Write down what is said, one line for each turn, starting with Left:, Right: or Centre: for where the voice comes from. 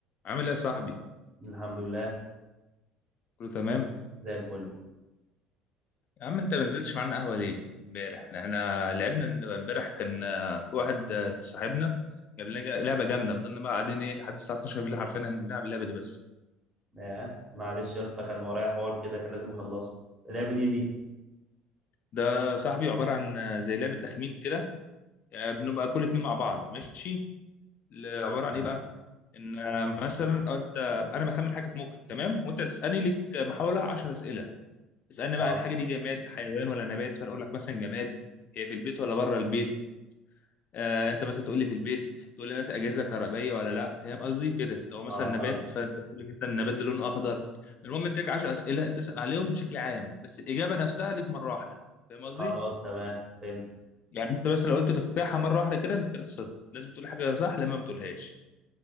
Left: عامل ايه يا صاحبي؟
Right: الحمد لله
Left: كله تمام؟
Right: زي الفل
Left: يا عم انت ما نزلتش معانا قهوة ليه؟ امبارح احنا لعبنا امبارح كان آه، في واحد آه، صاحبنا جاب لنا لعبة جامدة فضلنا بقى قاعدين ايه لحد الساعة 12 بالليل حرفيا احنا بنلعب اللعبة دي بس
Right: آه. معلش يا اسطى كان ورايا حوار كده كان لازم اخلصه اللعبة دي دي
Left: ده صاحبي عبارة عن آه، زي لعبة تخمين كده آه، بنبقى كل اتنين مع بعض ماشي؟ ل- عبارة
Right: تمام
Left: عن ايه بقى؟ ان آه، مثلا انت انا بخمن حاجة في مخي تمام؟ وانت تسألني لك محاولة 10 أسئلة تسألني
Right: اه
Left: بقى الحاجة دي جماد حيوان ولا نبات فانا اقول لك مثلا جماد هي في البيت ولا بره البيت آه انت مثلا تقول لي في البيت تقول لي مثلا اجهزه كهربائيه ولا لا فاهم قصدي كده لو
Right: اه
Left: مثلا نبات
Right: فاهم
Left: فانت تقول لي مثلا النبات ده لونه اخضر المهم انت لك 10 اسئله تسال عليهم بشكل عام بس الاجابه نفسها ليك مره واحده فاهم
Right: خلاص
Left: قصدي
Right: تمام فهمت
Left: يعني انت بس لو قلت تفاحه مره واحده كده انت كده خسرت لازم تقول حاجه صح لما ما تقولهاش